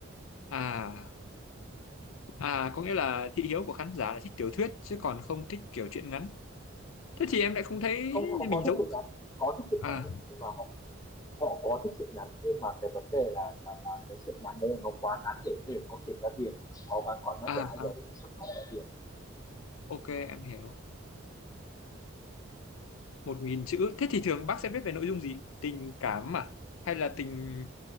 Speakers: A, on the left (about 80°); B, on the left (about 15°).
A: à à có nghĩa là thị hiếu của khán giả là thích tiểu thuyết chứ còn không thích kiểu truyện ngắn thế thì em lại không thấy
B: không họ có
A: mình
B: thích
A: giống
B: truyện ngắn có thích truyện
A: à
B: ngắn em ạ nhưng mà họ họ có thích truyện ngắn nhưng mà cái vấn đề là là, là cái truyện ngắn đấy là nó quá ngắn để để có thể ra tiền có quá quá ngắn
A: à
B: để ai đó có thể xuất bản ra tiền
A: ok em hiểu một nghìn chữ thế thì thường bác sẽ viết về nội dung gì tình cảm à hay là tình